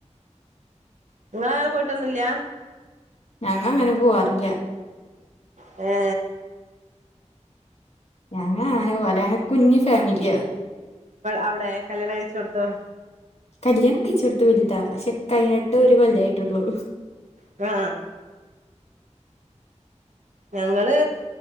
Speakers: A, on the right; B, on the left.
A: നിങ്ങള അങ്ങനെ പോയിട്ടൊന്നുമില്ല
B: ഞങ്ങ അങ്ങനെ പോവാറില്ല
A: ഹേ
B: ഞങ്ങ അങ്ങനെ പോല കുഞ്ഞി ഫാമിലിയാ
A: ആവട കല്യാണം കഴി ചോടത്തോ
B: കല്യാണം കഴിച്ചെടുത്ത് വലുതാ പക്ഷെ കഴഞ്ഞിട്ട് ഒരു ഒരു കൊല്ലം ആയിട്ടുള്ളൂ
A: ആ ഞങ്ങള്